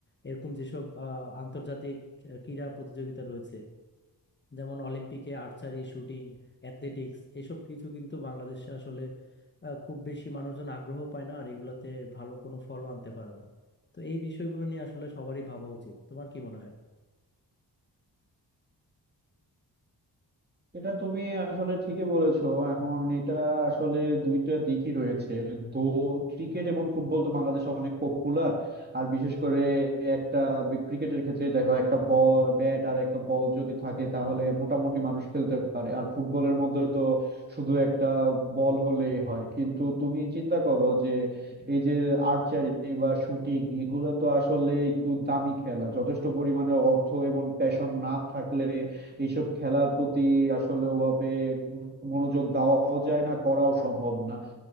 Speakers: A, on the left; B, on the right.
A: এরকম যেসব আহ, আন্তর্জাতিক ক্রীড়া প্রতিযোগিতা রয়েছে যেমন অলিম্পিকে আর্চারি শুটিং অ্যাথলেটিক্স এসব কিছু কিন্তু বাংলাদেশে আসলে আহ, খুব বেশি মানুষজন আগ্রহ পায় না আর এগুলাতে ভালো কোনো ফলও আনতে পারে না তো এই বিষয়গুলো নিয়ে আসলে সবারই ভাবা উচিত তোমার কি মনে হয়
B: এটা তুমি আসলে ঠিকই বলেছো এখন এটা আসলে দুইটা দিকই রয়েছে তো ক্রিকেট এবং ফুটবল তো বাংলাদেশে অনেক পপুলার আর বিশেষ করে একটা বি- ক্রিকেটের ক্ষেত্রে দেখো একটা বল ব্যাট আর একটা বল যদি থাকে তাহলে মোটামুটি মানুষ খেলতে পারে আর ফুটবলের মধ্যে তো শুধু একটা বল হলেই হয় কিন্তু তুমি চিন্তা করো যে এই যে আর্চারি বা শুটিং এগুলো তো আসলে একটু দামি খেলা যথেষ্ট পরিমাণে অর্থ এবং প্যাশন না থাকলে এইসব খেলার প্রতি আসলে ওভাবে উম মনোযোগ দেওয়াও যায় না করাও সম্ভব না